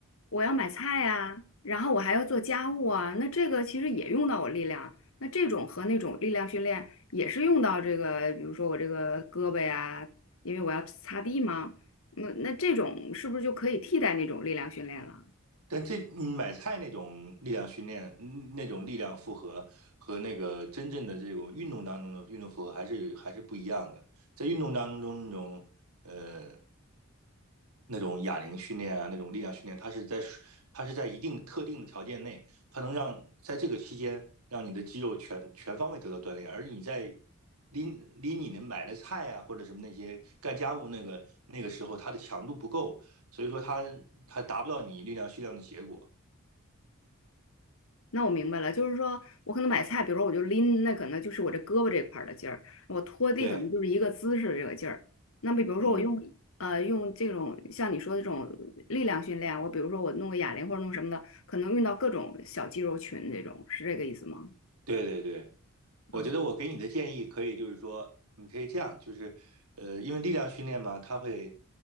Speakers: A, on the left; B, on the right.
A: 我要买菜呀、然后我还要做家务啊，那这个其实也用到我力量。那这种和那种力量训练也是用到这个，比如说我这个胳膊呀，因为我要擦地嘛。那那这种是不是就可以替代那种力量训练了？
B: 但这嗯买菜那种力量训练，嗯那种力量负荷和那个真正的这种运动当中的运动负荷还是还是不一样的。在运动当中那种呃那种哑铃训练啊，那种力量训练，它是在它是在一定特定的条件内，它能让在这个期间让你的肌肉全全方位得到锻炼，而你在拎拎你的买的菜啊或者什么那些干家务那个那个时候，它的强度不够，所以说它它达不到你力量训练的结果。
A: 那我明白了，就是说我可能买菜，比如说我就拎，那可能就是我这胳膊这块儿的劲儿；我拖地可能就是一个姿势这个劲儿。
B: 对，
A: 那么比如说我用呃用这种像你说的这种力量训练啊，
B: 嗯，
A: 我比如说我弄个哑铃或者弄什么的，可能用到各种小肌肉群这种，是这个意思吗？
B: 对对对。我觉得我给你的建议可以，
A: 啊、
B: 就是说，你可以这样，就是，呃，因为力量训练嘛，它会，